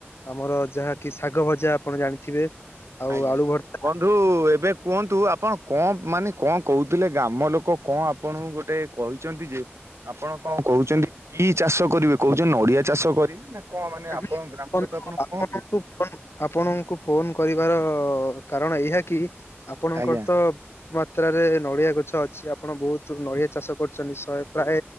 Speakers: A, on the left (about 65°); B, on the right (about 80°).
A: ଆମର ଯାହାକି ଶାଗ ଭଜା, ଆପଣ ଜାଣିଥିବେ? ଆଉ
B: ଆଜ୍ଞା
A: ଆଳୁ ଭର୍ତ୍ତା
B: ବନ୍ଧୁ ଏବେ କୁହନ୍ତୁ ଆ ଆପଣ କଣ ମାନେ କଣ କହୁଥିଲେ? ଗ୍ରାମ ଲୋକ କଣ ଆପଣଙ୍କୁ ଗୋଟେ କହିଛନ୍ତି ଯେ, ଆପଣ କଣ କହୁଛନ୍ତି କି ଚାଷ କରିବେ, କହୁଛନ୍ତି ନଡିଆ ଚାଷ କରିବେ ନା କଣ ମାନେ
A: ହୁଁ
B: ଆପଣ ଗ୍ରାମ ଲୋକ ଆପଣ କଣ
A: ଆପଣଙ୍କୁ
B: କହୁଛନ୍ତି?
A: ଫୋନ୍, ଆପଣଙ୍କୁ ଫୋନ କରି ବାର କାରଣ ଏହିଆ କି, ଆପଣଙ୍କର
B: ଆଜ୍ଞା
A: ତ ବହୁ ମାତ୍ରାରେ ନଡିଆ ଗଛ ଅଛି। ଆପଣ ବହୁତ ନଡିଆ ଚାଷ କରୁଛନ୍ତି, ଶହେ ପ୍ରାୟ